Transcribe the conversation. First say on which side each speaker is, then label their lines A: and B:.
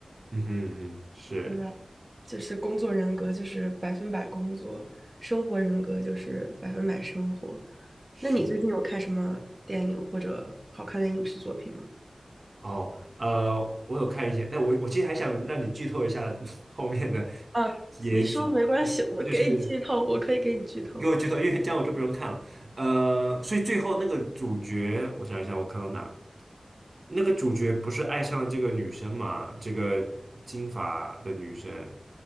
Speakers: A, on the right; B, on the right.
A: 嗯哼嗯哼，是
B: 对吧？就是工作人格就是百分百工作，生活人格就是百分百生活。
A: 是
B: 那你最近有看什么电影或者好看的影视作品吗？
A: 哦，呃，我有看一些，但我我其实还想让你剧透一下 <laughs> 后面的
B: 啊，
A: 结局，
B: 你说没关系，
A: 就是就是
B: 我给你剧透，我可以给你剧透。
A: 你给我剧透，因为这样我就不用看了。呃，所以最后那个主角，我想一下，我看到哪？那个主角不是爱上了这个女生嘛？这个金发的女生